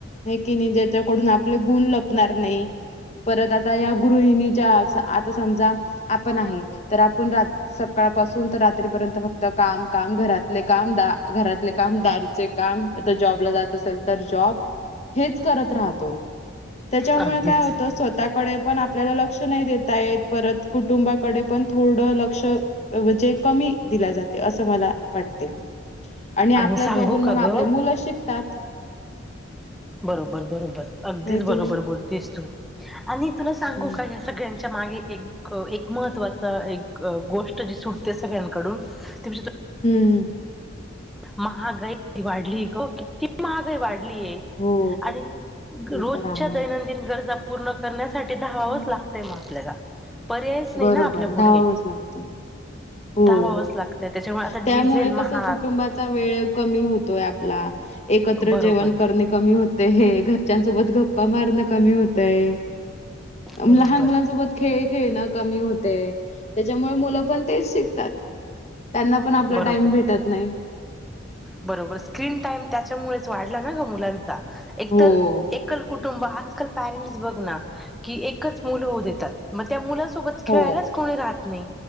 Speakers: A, on the left; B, in the centre.
A: हाय की नाही ज्याच्याकडून आपले गुण लपणार नाही परत आता या गृहिणी ज्या आता समजा आपण आहे तर आपण सकाळपासून रात्रीपर्यंत फक्त काम काम घरातले काम दा घरातले काम दारचे काम आता जॉबला जात असेल तर जॉब हेच करत राहतो त्याच्यामुळे
B: अगदीच
A: काय होतं. स्वतःडे पण आपल्याला लक्ष नाही देता य परत कुटुंबाकडे पण थोड लक्ष अ म्हणजे कमी दिला जाते अस मला वाटते. आणि आपलंच
B: सांगू
A: बघून मग
B: का
A: आपले
B: ग
A: मुलंच शिकतात.
B: बरोबर बरोबर अगदीच
A: हे की
B: बरोबर
A: नाही
B: बोलतेस तू आणि तुला सांगू
A: हम्म
B: का ह सगळ्यांन मागे एक एक महत्वाच एक गोष्ट जी सुटते सगळ्यांकडून ती
A: हम्म
B: महागाई किती वाढली गं किती महागाई वाढली.
A: हो
B: <unintelligible> आणि
A: ते
B: रोजच्या
A: तर आहे
B: दैनंदिन गरजा पूर्ण करण्यासाठी साठी धावावच
A: हम्म
B: लागतंय मग आपल्याला पर्यायच नाही
A: बरोबर
B: ना आपल्या पुढे
A: धावावंच लागतं. हो
B: धावावाच लागतय त्याच्यामुळे आता
A: त्यामुळे
B: डिझेल महाग
A: कसं कुटुंबाचा वेळ कमी होतोय आपला एकत्र
B: बरोबर
A: जेवण करणे कमी होतेय हे घरच्यासोबत गप्प गप्पा मारणं कमी होतय
B: बरोबर
A: लहान मुलांसोबत खेळ खेळ ना कमी होते य त्याच्यामुळे मुलं पण तेच शिकतात. त्यांना पण आपला
B: बरोबर
A: टाईम भेटत नाही.
B: बरोबर स्क्रीन टाईम त्याच्यामुळेच वाढला ना ग मुलांचा एक
A: हो.
B: तर एकल कुठं कुंटूब आजकाल पेरेंट्स बघ ना की एकच मूल होऊन देतात मग त्या मूलासोब मुलासोबत खेळायलाच
A: हो
B: कोणी राहत नाही